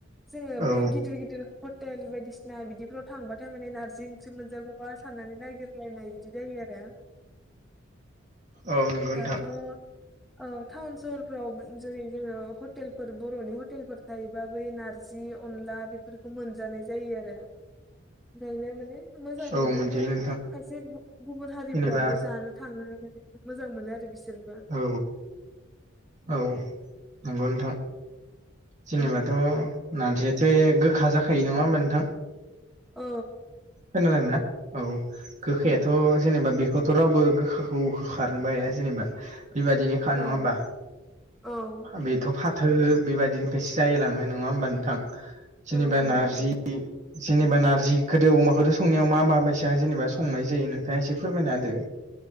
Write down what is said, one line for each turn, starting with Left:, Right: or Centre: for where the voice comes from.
Centre: जोङो
Right: औ
Centre: बै गिदिर गिदिर हटेल बायदिसिना बिदिफोराव थांबा थाय माने नारजि ओंख्रि मोनजागौबा साननानै नायगिरलायनाय बिदि जायो आरो
Right: औ नंगौ नोंथां
Centre: दाथ' औ टाउन सहरफ्राव जेरै हटेलफोर बर'नि हटेलफोर जायोबा बै नारजि अनला बेफोरखौ मोनजानाय जायो आरो ओंखायनो माने मोजां
Right: औ
Centre: मोनो
Right: मोनजायो
Centre: दा
Right: नोंथां
Centre: खायसे गुबुन हारिफ्राबो
Right: जेनेबा
Centre: जानो थाङो माने मोजां मोनो आरो बिसोर
Right: औ औ नंगौ नोंथां जेनेबाथ'
Centre: औ
Right: नारजियाथ' गोखा जाखायो नङा होमबा नोंथां
Centre: औ
Right: खोनादों ना औ गोखैआथ'
Centre: औ
Right: जेनेबा बेखौ थ' रावबो गोखाखौ खारनोबो हाया जेनेबा बेबायदिनो खा नङा
Centre: औ
Right: होमबा
Centre: औ
Right: बेथ' फार फाथो बेबायदिनिफ्रायसो जायलाङो नङा होमबा नोंथां जेनेबा
Centre: औ औ
Right: नारजि
Centre: नंगौ
Right: जेनेबा नारजिखौदो अमाखौथो संनायाव मा माबायदि जेनेबा संनाय जायो नोंथाङा एसे फोरमायना होदो